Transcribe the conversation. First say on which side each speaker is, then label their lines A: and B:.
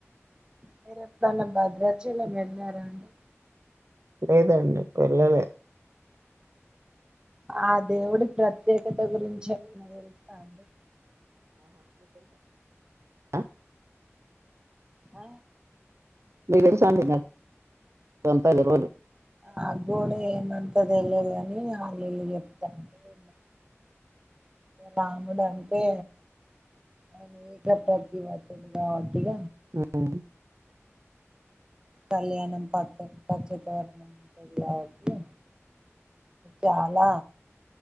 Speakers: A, on the right; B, on the right.
A: మీరెప్ డన్నా భద్రాచలం వెళ్ళారా అండి.
B: లేదండి వెళ్ళలే
A: ఆ దేవుడి ప్రత్యేకత గురించి ఏమైనా తెలుసాండి
B: అ
A: ఆ
B: మీకు తెలుసా అండి నర్ కొంతలెవలు
A: నాకు కూడా ఏమంత తేలదు గాని వాళ్ళు ఇళ్ళు చెప్తాంటే ఇన్న రాముడు అంటే అని ఏక ప్రతి వతుడు కావట్టిగ
B: ఉమ్ ఊ
A: కళ్యాణం పత్ పచ్చతోరణం ఉంటది గవాట్టి చాలా